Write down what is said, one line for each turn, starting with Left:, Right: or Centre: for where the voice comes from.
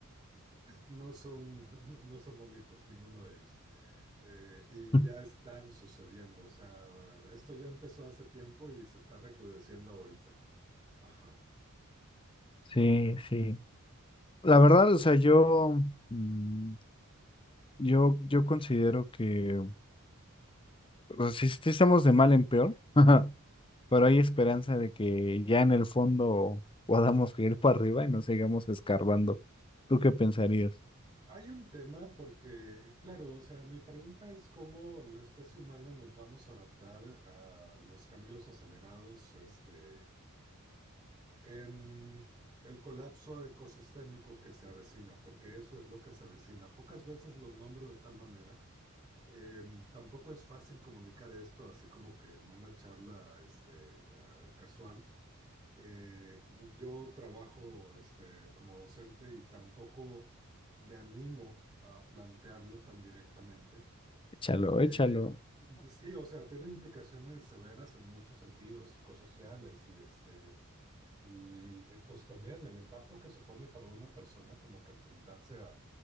Right: No son, <laughs> no, no son bonitos, ninguno de ellos. Eh, y
Left: <laughs>
Right: ya están sucediendo. O sea, esto ya empezó hace tiempo y se está recrudeciendo ahorita. Ajá.
Left: Sí, sí. La verdad, o sea, yo mm, Yo, yo considero que o sea, sí, sí estamos de mal en peor, <laughs> pero hay esperanza de que ya en el fondo podamos ir para arriba y no sigamos escarbando. ¿Tú qué pensarías?
Right: Hay un tema porque, claro, o sea, mi pregunta es cómo la especie humana nos vamos a adaptar a los cambios acelerados, este, en el colapso ecosistémico que se avecina, porque eso es lo que se avecina. Pocas veces lo nombro de tal manera Em, tampoco es fácil comunicar esto así como que en una charla este, ah, casual. Eh, yo trabajo este, como docente y tampoco me animo a plantearlo tan directamente
Left: Échalo,
Right: porque
Left: échalo.
Right: sí, o sea, tiene implicaciones severas en muchos sentidos, psicosociales y, este, y eh, pues también el impacto que supone para una persona como que enfrentarse a, a